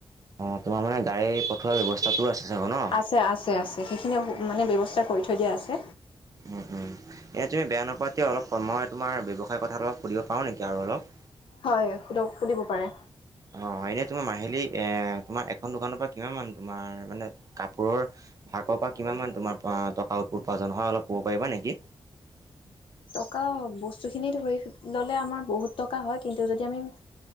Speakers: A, on the right; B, on the left.
A: অঁ, তোমাৰ মানে গাড়ী পঠোৱাৰ ব্যৱস্থাটোও আছে চাগে ন?
B: আছে-আছে-আছে। সেইখিনি মানে ব্যৱস্থা কৰি থৈ দিয়া আছে।
A: উম, উম, এনে তুমি বেয়া নাপাৱা তেতিয়া অলপ মই তোমাৰ ব্যৱসায়ৰ কথাটো অলপ সুধিব পাৰোঁ নেকি আৰু অলপ?
B: হয়, সুধক সুধিব পাৰে।
A: অ, এনেই তোমাৰ মাহিলী এ তোমাৰ এখন দোকানৰ পৰা কিমান মান তোমাৰ মানে কাপোৰৰ, ভাগৰ পৰা কিমান মান তোমাৰ টকা উপাৰ্জন হয়, অলপ ক'ব পাৰিবা নেকি?
B: টকা বস্তুখিনি ধৰি ললে আমাৰ বহুত টকা হয়, কিন্তু যদি আমি অ,